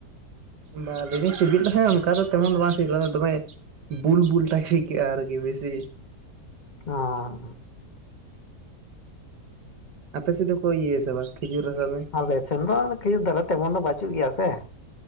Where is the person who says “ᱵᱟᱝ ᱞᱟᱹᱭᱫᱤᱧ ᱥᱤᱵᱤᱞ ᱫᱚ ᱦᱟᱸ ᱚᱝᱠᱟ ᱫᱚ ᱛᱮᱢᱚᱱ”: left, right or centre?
Right